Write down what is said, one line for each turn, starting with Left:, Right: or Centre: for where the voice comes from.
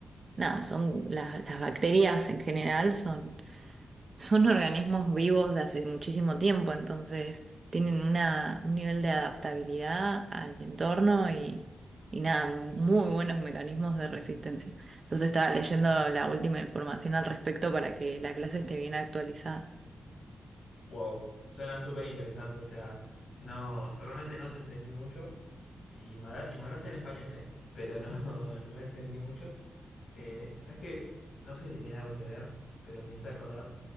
Right: nada, son las, las bacterias en general son, son <laughs> organismos vivos de hace muchísimo tiempo, entonces tienen una, un nivel de adaptabilidad al entorno y, y nada, muy buenos mecanismos de resistencia. Entonces estaba leyendo la última información al respecto para que la clase esté bien actualizada.
Left: Wow, suena súper interesante, o sea, no, realmente no te entendí mucho y me, habla- y me hablaste en español, ¿eh? Pero no, <laughs> no, entendí mucho. Eh, ¿sabes qué? No sé si tiene algo que ver, pero me hiciste acordar,